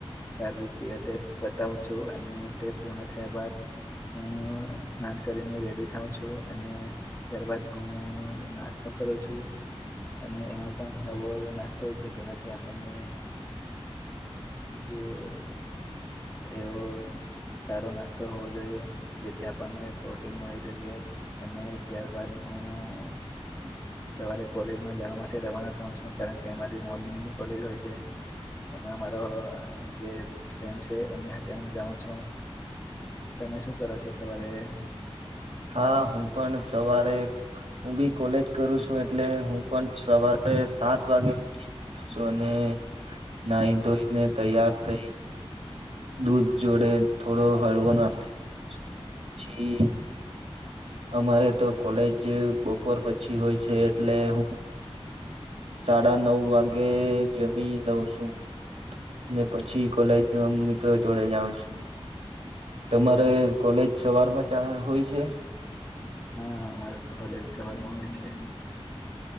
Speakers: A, on the left; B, on the right.
A: શારીરિક ક્રિયા તે પતાવું છું અને તે પૂર્ણ થયા બાદ હું સ્નાન કરીને રેડી થાઉં છું અને ત્યાર બાદ હું નાસ્તો કરું છું. અને એમાં પણ હળવો એવો નાસ્તો કે જેનાથી આપણને જે એવો સારો નાસ્તો હોવો જોઈએ જેથી આપણને ફ્રૂટ તે મળી શકે અને ત્યારબદ હું સવારે કોલેજમાં જવા માટે રવાના થાઉ છું. શું કારણ કે અમારી મોર્નિંગની કોલેજ હોય છે એમાં અમારો જે ફ્રેન્ડ છે એની હાથે હું જાઉ છું. તમે શું કરો છો સવારે?
B: હા હું પણ સવારે હું બી કોલેજ કરું છું એટલે હું પણ સવારે સાત વાગે ઊ શું અને નાહી ધોઈને તૈયાર થઈ દૂધ જોડે થોડો હળવો નાસ્તો કર પછી અમારે તો કોલેજ બપોર પછી હોય છે એટલે હું સાડા નવ વાગે જમી લઉં છું. ને પછી કોલેજના મિત્રો જોડે જાઉં છું.
A: હમ
B: તમારે કોલેજ સવારમાં જાવા હોય છે?
A: હા અમારે કોલેજ સવાર માં હોય છે.